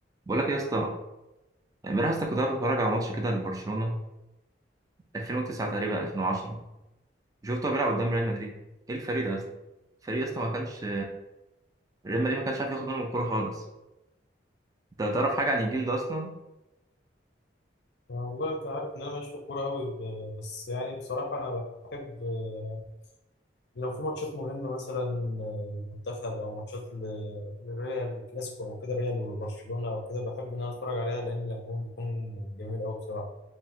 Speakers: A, on the right; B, on the left.
A: بقول لك يا اسطى امبارح يا اسطى كنت قاعد بتفرج على ماتش كده لبرشلونه 2009 تقريبا 2010 شفته بيلعب قدام ريال مدريد ايه الفريق ده يا اسطى الفريق يا اسطى ما كانش ريال مدريد ما كانش عارف ياخد منهم الكوره خالص انت تعرف حاجه عن الجيل ده اصلا
B: والله انت عارف ان انا ماليش في الكوره قوي ب- بس يعني بصراحه انا بحب آه، لو في ماتشات مهمه مثلا آه، المنتخب او ماتشات ال- الريال الكلاسيكو او كده ريال وبرشلونه او كده بحب ان انا اتفرج عليها لان لعبهم بيكون جميل قوي بصراحه